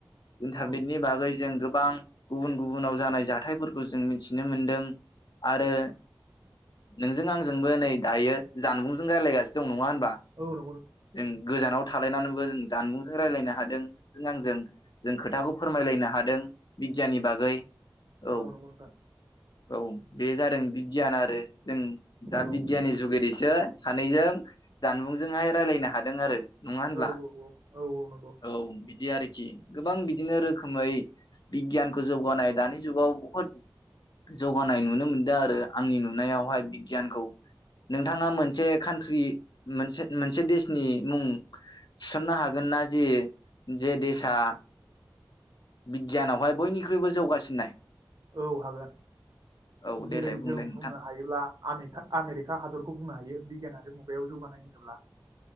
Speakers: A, on the right; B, on the left.
A: नोंथां
B: इन्टारनेटनि
A: औ
B: बागै जों गोबां गुबुन गुबुनाव जानाय जाथायफोरखौ जों मिनथिनो मोनदों आरो नोंजों आंजोंबो नै दायो जानबुंजों रायलायगासि दं नङा होनब बा
A: नंगौ नोंथां औ
B: जों गोजानाव थालायनानैबो जों जानबुंजों रायलायना हादों जों आंजों जों खोथाखौ फोरमायलायनो हादों। बिगियाननि बागै औ
A: नंगौ नोंथां
B: औ बे जादों बिगियान आरो जों दा
A: औ
B: बिग जुगैदैसो सानैजों जानबुं जोंहाय रायलायनो हादों आरो नङा होनब्ला
A: औ औ औ नंगौ
B: औ बिग बिदि आरोखि गोबां बिदिनो रोखोमै बिगियानखौ जौगानाय दानि जुगाव बहुद जौगानाय नुनो मोनदों आरो आंनि नुनायावहाय बिगियानखौ नोंथाङा मोनसे कान्ट्रि मोनसे मोनसे देसनि मुं थिसननो हागोन ना जे जे देसआ बिगियानावहाय बयनिख्रुइबो जौगासिननाय।
A: औ हागोन
B: औ देलाय
A: जेरै
B: बुंलाय
A: जों
B: नोंथां
A: बुंनो हायोब्ला आमेका आमेरिक का हादरखौ बुंनो हायो बिगियान <unintelligible> जौगानाय होनोब्ला